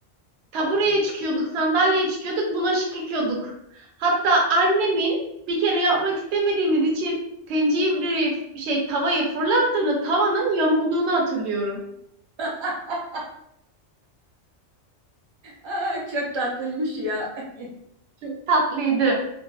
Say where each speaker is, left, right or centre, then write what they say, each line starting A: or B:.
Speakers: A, on the right; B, on the right.
A: Tabureye çıkıyorduk, sandalyeye çıkıyorduk, bulaşık yıkıyorduk. Hatta annemin bir kere yapmak istemediğimiz için tencereyi şey tavaya fırlattığını, tavanın yamulduğunu hatırlıyorum.
B: <laughs> Aa, çok tatlıymış ya. <laughs>
A: Çok tatlıydı.